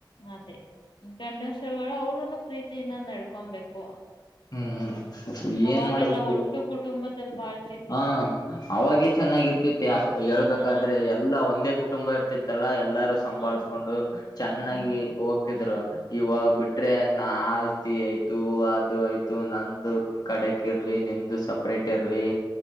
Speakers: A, on the left; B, on the left.
A: ಅದೇ ಗಂಡಸರುಗಳು ಅವರುನು ಪ್ರೀತಿಯಿಂದ ನಡ್ಕೊಬೇಕು
B: ಹ್ಮ್ ಹ್ಮ್
A: ಅವಾಗೆಲ್ಲ
B: ಏನ್ ಮಾಡ್ಬೇಕ
A: ಒಟ್ಟು ಕುಟುಂಬದಲ್ಲಿ ಬಾಳ್ತಿದ್ರು
B: ಹ ಅವಾಗೆ ಚೆನ್ನಾಗಿರ್ತಿತಿ ಹೇಳ್ಬೇಕಾದ್ರೆ
A: ಹಾ
B: ಎಲ್ಲಾ ಒಂದೇ ಕುಟುಂಬ ಇರ್ತಿತಿ ತ್ತಲ್ಲಾ ಎಲ್ಲಾರು ಸಂಭಾಳ್ಸ್ಕೊಂಡು
A: ಹಾ
B: ಚೆನ್ನಾಗಿ
A: ಹಾ
B: ಹೋಗ್ತಿದ್ರು ಇವಾಗ ಬಿಟ್ರೆ ನ ಆಸ್ತಿ ಐತಿ ಥೂ ಅದು ಇದು ಆಯ್ತು ನಂದು ಕಡೆ ಕ ಇರ್ಲಿ ನಿಮ್ದ ಇದು ಸಪ್ರೇಟ್ ಇರಲಿ